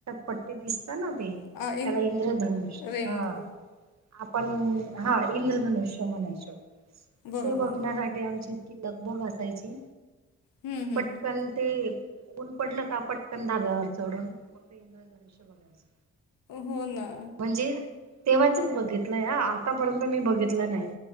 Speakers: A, on the right (about 55°); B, on the left (about 80°).
A: पट्टे दिसतात ते.
B: अ,
A: त्याला इंद्रधनुष्य म्हणतात.
B: रेनबो
A: आपण हा इंद्रधनुष्य म्हणायचो. ते
B: बरोबर.
A: बघण्यासाठी आमची इतकी लगबग असायची
B: हं, हं.
A: पटकन ते ऊन पडलं का पटकन धाब्यावर चढून मग ते इंद्रयधनुष्य बघायचं.
B: हो. ना.
A: म्हणजे तेव्हाचचं बघितलं आतापर्यंत मी बघितलं नाही.